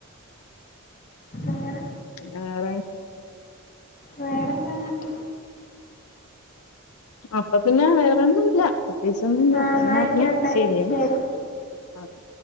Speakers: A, on the left; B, on the left.
A: അങ്ങനെ
B: പിന്നെ വേറെ
A: വേറെന്താ എന്നിട്ട്
B: അപ്പൊ പിന്നെ വേറെൊന്നും ഇല്ല പ്രത്യേകിച്ചൊന്നും ഇല്ല
A: ആഹ്
B: അപ്പൊ
A: എന്നാ
B: എന്നാ
A: ആയിക്കോട്ടെ
B: പിന്നെ ശരിയേ
A: ശരി
B: ഓക്കെ